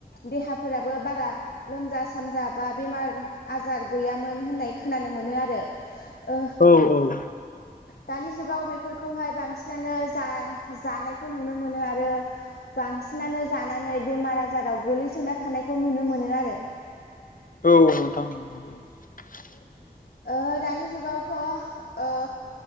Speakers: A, on the left (about 75°); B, on the left (about 55°).
A: देहाफोराबो बारा लोमजा सामजा बा बेमार आजार गैयामोन होननाय खोनानो मोनो आरो। ओ
B: औ औ ।
A: दानि जुगाव बेफोरखौहाय बांसिनानो जा जानायखौ नुनो मोनो आरो बांसिन नानो जानानै बेमार आजाराव गोग्लैसोना थानाय खौ नुनो मोनो आरो
B: औ औ नोंथां <inaudible>
A: ओ दानि जुगावथ' ओ